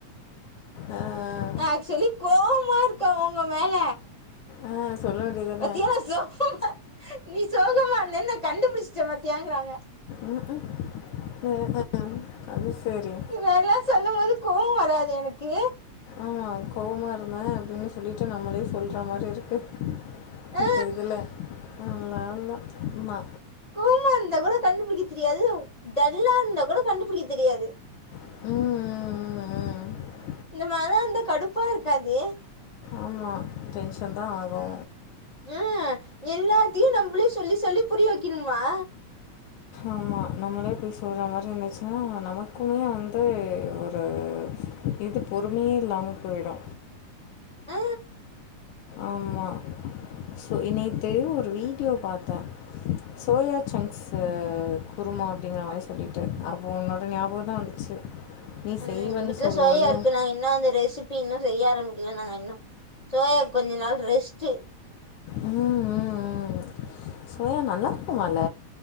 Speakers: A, on the left; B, on the left.
A: அ அ
B: நா ஆக்சுவலி கோவமா இருக்க உங்க மேல
A: ஆ சொல்ல வேண்டிது
B: பாத்தியா
A: தான
B: நா சோகமா நீ சோகமா இருந்த நா கண்டுபுடிஷ்ட்ட பாத்தியாங்கிறாங்க
A: ம் ம் ஒ அது செரி
B: இப்டி எல்லா சொல்லும் போது கோவ வராது எனக்கு
A: ஆமா கோவமா இருந்த அப்டின்னு சொல்லிட்டு நம்மளே சொல்ற மாரி இருக்கு
B: ஆ
A: இப்ப இதுல நல்ல ஆள் தா ஆமா
B: கோவமா இருந்தா கூட கண்டுபுடிக்க தெரியாது டல்லா இருந்தா கூட கண்டுபுடிக்க தெரியாது
A: ம் ம் ம் ம்
B: இந்த மாரில்லா இருந்தா கடுப்பா இருக்காது
A: ஆமா டென்ஷன் தா ஆகு
B: ம் எல்லாத்தையு நம்பளே சொல்லி சொல்லி புரிய வெக்கனுமா
A: ஆமா நம்மளே போய் சொல்ற மாரி இருந்துச்சுன்னா நமக்குமே வந்து ஒரு இது பொறுமையே இல்லாம போய்டோ
B: ஆ
A: ஆமா சோ நேத்து ஒரு வீடியோ பாத்த சோயா சங்ஸ்சு குருமா அப்டிங்கிற மாரி சொல்லிட்டு அப்போது உன்னோட ஞாபகம் தா வந்துச்சு நீ
B: ம்
A: செய்வன்
B: எங்க வீட்ல
A: சொல்லுவல்ல
B: சோயா இருக்கு நாங்க இன்னு அந்த ரெசிபி இன்னு செய்ய ஆரம்பிக்கல நாங்க இன்னு சோயாக்கு கொஞ்ச நாள் ரெஸ்ட்டு
A: ம் ம் ம் சோயா நல்லா இருக்குமால